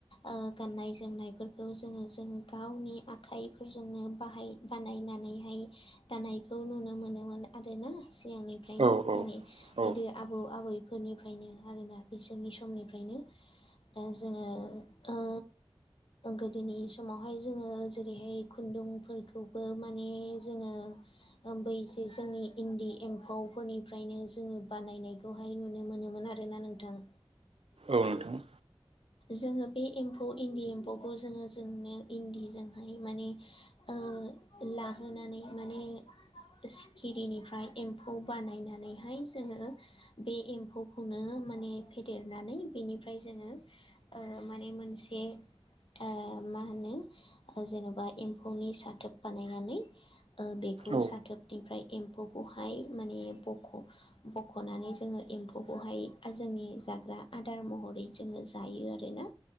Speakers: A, on the left (about 60°); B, on the right (about 80°).
A: ओ गाननाय जोमनाय फोरखौ जोङो जों गावनि आखाइफोरजोंनो बाहाय बानायनानैहाय दानायखौ नुनो मोनोमोन आरोना सिगांनिफ्रायनो
B: औ औ
A: माने
B: औ
A: गोदो आबौ आबैफोरनिफ्रायनो आरोना बिसोरनि समनिफ्रायनो दा जोङो ओ गोदोनि समावहाय जोङो जेरैहाय खुन्दुंफोरखौबो माने जोङो ओ बैजेस जोंनि इन्दि एम्फौफोरनिफ्रायनो जोङो बानायनायखौहाय नुनो मोनोमोन आरोना नोंथां
B: औ नोंथां
A: जोङो बे एम्फौ इन्दि एम्फौखौ जोङो जोंनो इन्दिजोंहाय माने ओ लाहोनानै माने सि खिरिनिफ्राय एम्फौ बानायनानैहाय जोङो बे एम्फौखौनो माने फेदेरनानै बेनिफ्राय जोङो ओ माने मोनसे आ मा होनो जेन'बा एम्फौनि साथोब बानायनानै ओ बेखौ
B: औ
A: साथोबनिफ्राय एम्फौखौहाय माने बख' बख'नानै जोङो एम्फौखौहाय जोंनि जाग्रा आदार महरै जोङो जायो आरोना